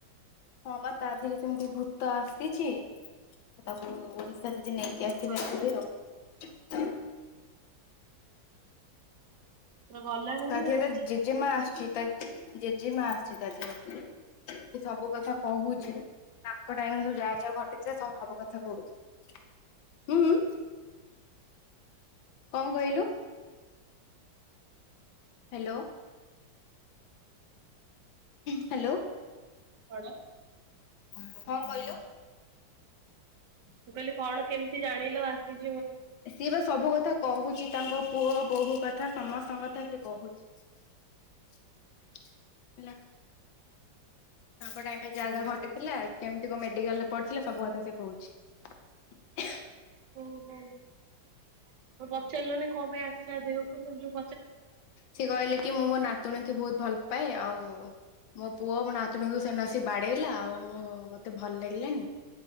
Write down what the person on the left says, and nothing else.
ହଁ ପା ତା ଦେହରେ ସେମତି ଭୂତ ଆସିଛି ତାକୁ ଓଡିଶା ଯା ନେଇକି ଆସିବି
ଆଖରେ ଆଉ।
ତା
ଦେହରେ
ଜେଜେମା ଆସୁଛି ତା ଜେଜେମା ଆସୁଛି ତା ଦେହରେ। ସେ ସବୁ କଥା କହୁଛି ତାଙ୍କ ଟାଇମ ରେ ସବୁ ଯାହା ଯାହା ଘଟିଥିଲା ସବୁ ସବୁ କଥା କହୁଛି। ଉଁ ଉଁ। କଣ କହିଲୁ? ହାଲୋ। ହାଲୋ।
କଣ କହିଲୁ?
ସିଏ ବା ସବୁ କଥା କହୁଛି ତାଙ୍କ ପୁଅ ବୋହୂ କଥା। ସମସ୍ତଙ୍କ କଥା ସେ କହୁଛି ହେଲା। ତାଙ୍କ ଟାଇମ ରେ ଯା
ଯା ଘଟିଥିଲା କେମିତି କତ ମେଡିକାଲ ପଡିଥିଲେ ସବୁ କଥା ସେ କହୁଛି।
ସେ କହିଲେ କି ମୁଁ ମୋ ନାତୁଣୀଙ୍କୁ ବହୁତ ଭଲ ପାଏ ଆଉ ମୋ ପୁଅ ମୋ ନାତୁଣୀକୁ ସେଦିନ ଆସିକି ବାଡେଇଲା ଆଉ ମୁଁ ମତେ ଭଲ ଲାଗିଲାନି